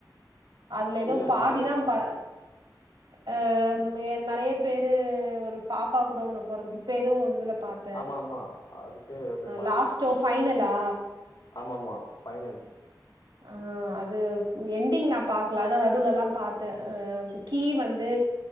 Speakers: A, on the right; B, on the left.
A: அதுல ஏதோ
B: இல்ல
A: பாதிதா
B: நெறைய இருக்கு
A: பா ஆ மேரு நெறைய பேரு ஒரு பாப்பா கூட ஒன்னு பொறக்குது இப்பே ஏதோ ஒரு இதுல பாத் தே
B: ஆமா ஆமா அது பேர் ஏதோ பேர் மறந்துருச்சு
A: லாஸ்டோ ஃபைனலா
B: ஆமா ஆமா ஃபைனல்
A: ஆ அது என்டிங் நா பாக்ல ஆனா நடூவ்ல்ல பாத்தே கீ வந்து